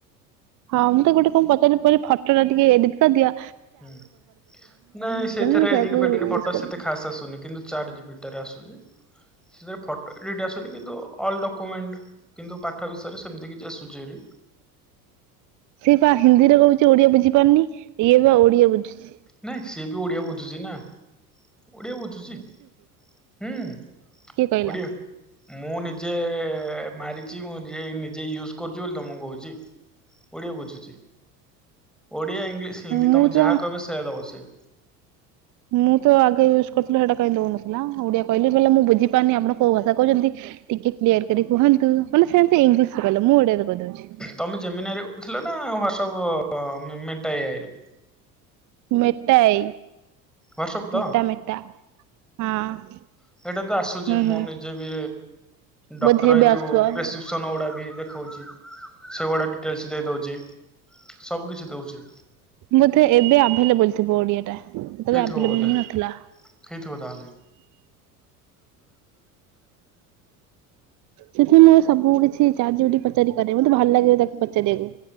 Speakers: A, on the right; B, in the centre.
A: ହଁ ମୁଁ ତାକୁ ଗୋଟେ କଣ ପଚାରିଲି ଫୋଟୋ ଟା ଟିକେ ଏଡିଟ କରିଦ
B: ହୁଁ ନାଇଁ ସେଇଥିରେ
A: ମୁଁ ସେଇଆକୁ
B: ଏଡିଟ ଫେଡିଟ
A: ୟୁଜ୍
B: ଫଟୋ
A: କଲିନି।
B: ସେତେ ଖାସ୍ ଆସୁନି କିନ୍ତୁ ଚାର୍ଟଜିପିଟି ତାପରେ ଆସୁଛି ସେଥିରେ ଫୋଟୋ ଏଡିଟ ଆସୁନି କିନ୍ତୁ ଅଲ ଡକୁମେଣ୍ଟ କିନ୍ତୁ ପାଠ ବିଷୟରେ ସେମିତି କିଛି ଆସୁଚିଭାରି।
A: ସେ ବା ହିନ୍ଦୀରେ କହୁଚି ଓଡିଆ ବୁଝି ପାରୁନି ଇଏବି ଓଡିଆ ବୁଝୁଚି।
B: ନାଇଁ ସିଏ ବି ଓଡ଼ିଆ ବୁଝୁଚି ନା। ଓଡିଆ ବୁଝୁଛି ହୁଁ ଓଡିଆ
A: କିଏ କହିଲା
B: ମୁଁ ନିଜେ ମାରିଛି ମୁଁ ନିଜେ ୟୁଜ୍ କରୁଚି ବୋଲି ତମକୁ କୋହୁଚି। ଓଡିଆ ବୁଝୁଚି ଓଡିଆ, ଇଂଲିଶ, ହିନ୍ଦୀ
A: ମୁଁ
B: ତମେ
A: ତ
B: ଯାହା କହିବ ସେୟା ଦବ ସେ।
A: ମୁଁ ତ ଆଗେ ୟୁଜ କରୁଥିଲି ହେଇଟା କାଇଁ ଦଉନଥିଲା, ଓଡିଆ କହିଲେ ମୁଁ ବୁଝିି ବୁଝିପାରୁନି ଆପଣ କୋଉ ଭାଷ କହୁଛନ୍ତି ଟିକେ କ୍ଲିୟର କରି କୁହନ୍ତୁ ମାନେ ସେ ଇଂଲିଶରେ କହିଲା ମୁଁ ଓଡିଆରେ କହିଦୋଉଚି।
B: ତୁମେ ଜେମିନାଇ ଆଇରେ କରୁଥିଲ ନା ହାଟ୍ସପ୍ ମେଟା ଏ ଆଇ ରେ?
A: ମେଟା ଆଇ
B: ହ୍ୱାଟ୍ସଆପ୍ ତ
A: ମେଟା ମେଟା ହଁ।
B: ସେଇଟା ତ ଆସୁଚି
A: ହୁଁ
B: ମୁଁ
A: ହୁଁ
B: ନିଜେ ବି ଡକ୍ଟର
A: ବୋଧେ ଏବେ
B: ଏଇ ଯୋଉ
A: ଆସୁଥିବ।
B: ପ୍ରେସକ୍ରିପସନ ଗୁଡା ବି ଦେଖଉଚି। ସେଗୁଡା ଡିଟେଲସ ଦେଇ ଦୋଉଚି ସବୁ କିଛି ଦୋଉଚି।
A: ବୋଧେ ଏବେ ଆଭେଲେବଲ ଥିବ ଓଡିଆ ଟା। ସେତେବେଳେ
B: ହେଇଥିବ
A: ଆଭେଲେବଲ
B: ବୋଧେ,
A: ହିଁ ନଥିଲା।
B: ହେଇଥିବ ତା ହେଲେ।
A: ସେଥିପାଇଁ ସବୁ କିଛି ଚାଟଜିପିଟି ପଚାରି କରେ ମୋତେ ଭଲ ଲାଗେ ତାକୁ ପଚାରିବାକୁ।